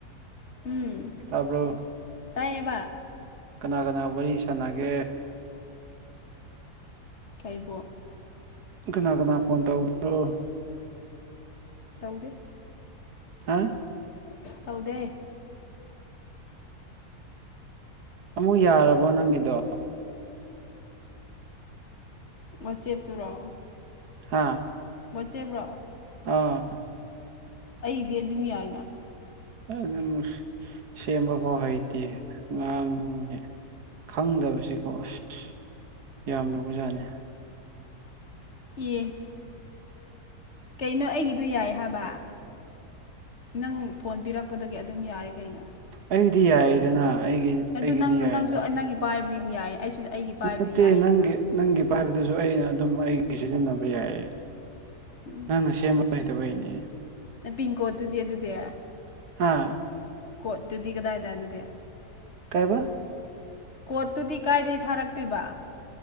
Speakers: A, on the left (about 45°); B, on the right (about 80°).
A: ꯎꯝ
B: ꯇꯥꯕꯔꯣ
A: ꯇꯥꯏꯌꯦꯕ
B: ꯀꯅꯥ ꯀꯅꯥ ꯋꯥꯔꯤ ꯁꯥꯟꯅꯒꯦ
A: ꯀꯩꯕꯨ
B: ꯀꯅꯥ ꯀꯅꯥ ꯐꯣꯟ ꯇꯧꯕ꯭ꯔꯣ
A: ꯇꯧꯗꯦ
B: ꯍꯥ
A: ꯇꯧꯗꯦ
B: ꯑꯃꯨꯛ ꯌꯥꯔꯕꯣ ꯅꯪꯒꯤꯗꯣ
A: ꯃꯆꯦꯞ ꯇꯨꯔꯣ
B: ꯍꯥꯥ
A: ꯋꯆꯦꯞꯔꯣ
B: ꯑ
A: ꯑꯩꯗꯤ ꯑꯗꯨꯝ ꯌꯥꯏꯅ
B: ꯑꯗꯨꯝ ꯁꯦꯝꯕ ꯐꯥꯎ ꯍꯩꯇꯦ ꯉꯔꯥꯡꯒꯤ ꯈꯪꯗꯕꯁꯤꯀꯣ ꯑꯁ ꯌꯥꯝ ꯂꯨꯕꯖꯥꯠꯅꯦ
A: ꯑꯦ ꯀꯩꯅꯣ ꯑꯩꯒꯤꯗꯣ ꯌꯥꯏ ꯍꯥꯏꯕ ꯅꯪ ꯐꯣꯟ ꯄꯤꯔꯛꯄꯗꯒꯤ ꯑꯗꯨꯝ ꯌꯥꯔꯦ ꯀꯩꯅꯣ
B: ꯑꯩꯒꯤꯗꯤ ꯌꯥꯏꯌꯦꯗꯅ ꯑꯩꯒꯤ
A: ꯑꯗꯨ
B: ꯑꯩꯒꯤꯗꯤ
A: ꯅꯪ
B: ꯌꯥꯏꯅ
A: ꯅꯪꯁꯨ ꯅꯪꯒꯤ ꯄꯥꯏꯕꯅꯤꯅ ꯌꯥꯏ ꯑꯩꯁꯨ ꯑꯩꯒꯤ ꯄꯥꯏꯕꯅꯤ
B: ꯅꯠꯇꯦ
A: ꯌꯥꯏꯗꯅ
B: ꯅꯪꯒꯤ ꯅꯪꯒꯤ ꯄꯥꯏꯕꯗꯨꯁꯨ ꯑꯩꯅ ꯑꯗꯨꯝ ꯑꯩꯒꯤ ꯁꯤꯖꯤꯟꯅꯕ ꯌꯥꯏꯌꯦ
A: ꯎꯝ
B: ꯅꯪꯅ ꯁꯦꯝꯕ ꯍꯩꯇꯕꯩꯅꯦ
A: ꯄꯤꯡꯀꯣꯠ ꯇꯨꯗꯤ ꯑꯗꯨꯗꯤ
B: ꯍꯥꯥ
A: ꯀꯣꯠ ꯗꯨꯗꯤ ꯀꯗꯥꯏꯗ ꯑꯗꯨꯗꯤ
B: ꯀꯩꯕꯥ
A: ꯀꯣꯠꯇꯨꯗꯤ ꯀꯥꯏꯗꯩꯩ ꯊꯥꯔꯛꯇꯣꯏꯕ